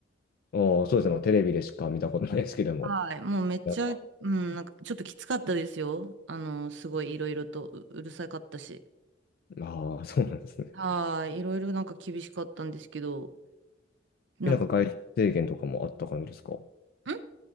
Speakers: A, on the left; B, on the right.
A: ああ、そうですね。まあ、テレビでしか見たことないですけども。
B: はい、もうめっちゃ、
A: なんか、
B: うん、なんかちょっときつかったですよ。あの、すごいいろいろとううるさかったし。
A: ああ、そうなんですね。
B: はい、いろいろなんか厳しかったんですけど、なんか
A: え、なんか外出制限とかもあった感じですか
B: ん